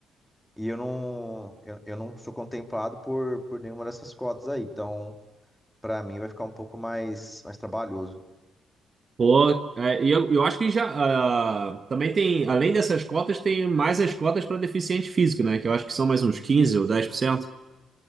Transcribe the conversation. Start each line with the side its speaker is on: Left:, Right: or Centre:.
Centre: E eu não, eu, eu não sou contemplado por, por nenhuma dessas cotas aí. Então, para mim, vai ficar um pouco mais, mais trabalhoso.
Right: Pô, é, e eu, eu acho que já ah, também tem, além dessas cotas, tem mais as cotas para deficiente físico, né? Que eu acho que são mais uns 15 ou 10%.